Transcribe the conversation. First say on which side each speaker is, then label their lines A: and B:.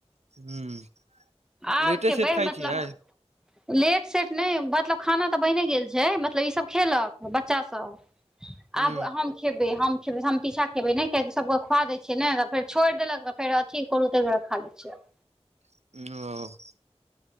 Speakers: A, on the right; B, in the centre.
A: ह
B: आब
A: लेटे
B: खेबै
A: खाय
B: मतलब
A: छियै
B: लेट सेट नहि मतलब खाना तऽ बने गेल छै मतलब ईसभ खेलक बच्चा सब
A: ह
B: आब हम खेबै हम फर हम पीछाँ खेबै ने कियकि सबके खुआ द छियै ने तऽ फेर छोड़िेलक फेर अथी करू ताहि दुआरे खा लै छियै
A: ओ